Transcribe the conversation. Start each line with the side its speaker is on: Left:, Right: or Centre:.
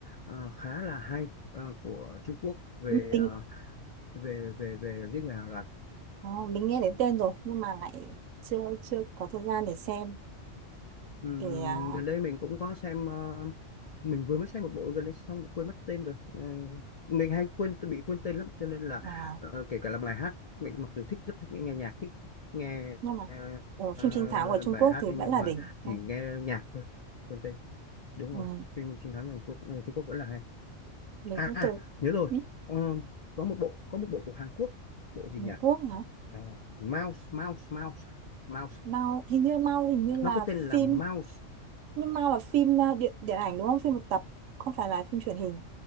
Left: ờ, khá là hay ờ, của Trung Quốc về
Right: Ừ. mình
Left: ờ, về về về giết người hàng loạt.
Right: Ờ, mình nghe đến tên rồi nhưng mà lại chưa chưa có thời gian để xem
Left: Ừm,
Right: để à,
Left: gần đây mình cũng có xem ờ, mình vừa mới xem một bộ gần đây xong quên mất tên rồi. Ờ, mình hay quên bị quên tên lắm cho nên là
Right: à,
Left: ờ, kể cả là bài hát mình mặc dù thích rất thích nghe nhạc thích nghe
Right: nhưng mà
Left: ờ,
Right: ờ,
Left: ờ,
Right: phim trinh thám của Trung
Left: bài
Right: Quốc
Left: hát
Right: thì
Left: ấy nhưng
Right: vẫn là
Left: mà
Right: đỉnh
Left: chỉ
Right: Ờ,
Left: nghe nhạc thôi quên tên đúng
Right: ừ,
Left: rồi phim chiến thắng Hàn Quốc ờ, Trung Quốc vẫn là hay
Right: mình
Left: à
Right: cũng
Left: à,
Right: từ
Left: nhớ rồi
Right: ừ,
Left: Ờ, có một bộ có một bộ của Hàn Quốc bộ gì
Right: Hàn
Left: nhỉ
Right: Quốc hả
Left: Ờ, Mouse Mouse Mouse Mouse
Right: Mao hình như Mao hình như
Left: nó
Right: là
Left: có tên là
Right: phim
Left: Mouse
Right: nhưng Mao là phim à, điện điện ảnh đúng không phim một tập không phải là phim truyền hình